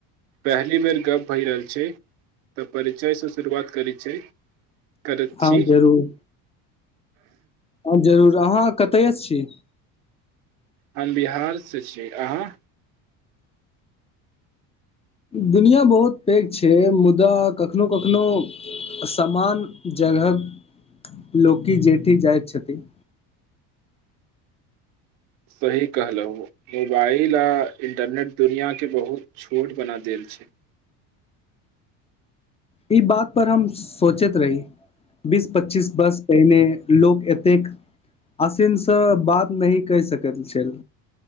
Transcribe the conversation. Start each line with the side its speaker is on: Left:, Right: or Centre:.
Right: पहली बेर गप भय रहल छै तऽ परिचयसँ शुरुआत करैत छै करैत
Left: हँ
Right: छी <inaudible>
Left: जरूर हँ जरूर अहाँ कतय से छी
Right: हम बिहारसे छी अहाँ
Left: दुनिआँ बहुत पैघ छै मुदा कखनो कखनो समान जगह लोकी जेठी जाइत छथिन
Right: सही कहलहु मोबाइल आ इंटरनेट दुनिआँके बहुत छोट बना देल छै
Left: ई बात पर हम सोचैत रहि बीस पच्चीस वर्ष पहिने लोक एतेक आसानीसँ बात नहि कहि सकैत छल